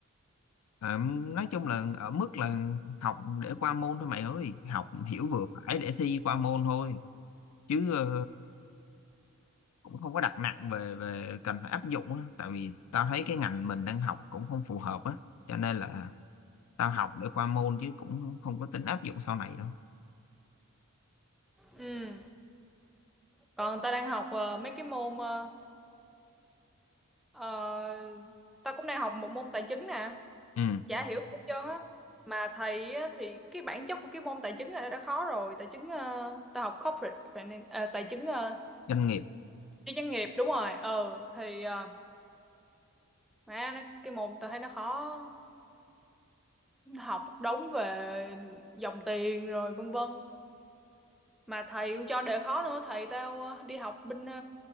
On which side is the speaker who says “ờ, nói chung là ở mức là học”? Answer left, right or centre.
Left